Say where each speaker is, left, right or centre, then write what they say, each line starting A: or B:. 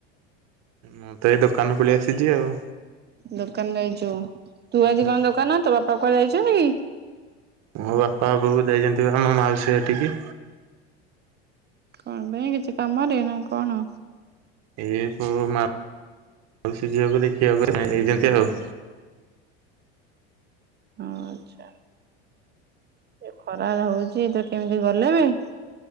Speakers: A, on the right (about 55°); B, on the right (about 30°).
A: ମୁଁ ତ ଏଇ ଦୋକାନ ପଲେଇ ଆସିଛି ଆଉ।
B: ଦୋକାନ ଯାଇଚୁ। ତୁ
A: ହୁଁ
B: ଆଜି
A: ହୁଁ
B: କଣ ଦୋକାନ ତୋ ବାପା କୁଆଡେ ଯାଇଚନ୍ତି କି?
A: ମୋ ବାପା ବୋଉ ଯାଇଚନ୍ତି ବା ଆମ ମାଉସୀ ଘଟିକି।
B: କଣ ପାଇଁ କିଛି କାମରେ ନା କଣ?
A: ଏଇ ପୁଅ ମା ମାଉସୀ ଝିଅକୁ ଦେଖିବାକୁ ହେଇ ଯାଇଛନ୍ତି ଆଉ।
B: ଆଚ୍ଛା। ଏ ଖରା ହଉଚି ତ କେମିତି ଗଲେ ବେ?